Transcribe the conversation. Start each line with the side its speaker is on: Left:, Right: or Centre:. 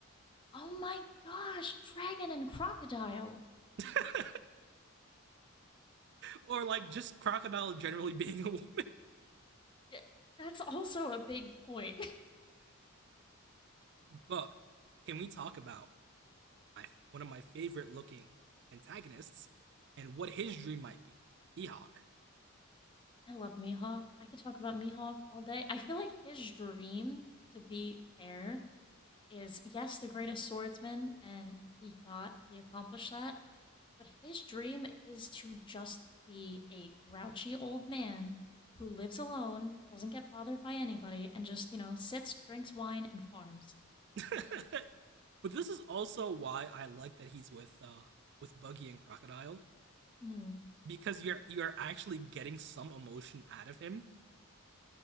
Left: Oh my gosh, Dragon and Crocodile.
Right: <laughs> or like just crocodile generally <laughs> being a woman.
Left: <laughs> That's also a big point.
Right: <laughs> but can we talk about my, one of my favorite looking antagonists and what his dream might be? Mihawk.
Left: <laughs> I love Mihawk. I could talk about Mihawk all day. I feel like his dream, to be fair, is yes, the greatest swordsman, and he got, he accomplished that. But his dream is to just be a grouchy old man who lives alone, doesn't get bothered by anybody, and just, you know, sits, drinks wine, and farms.
Right: <laughs> but this is also why I like that he's with uh with Buggy and Crocodile
Left: Hmm.
Right: because you're you're actually getting some emotion out of him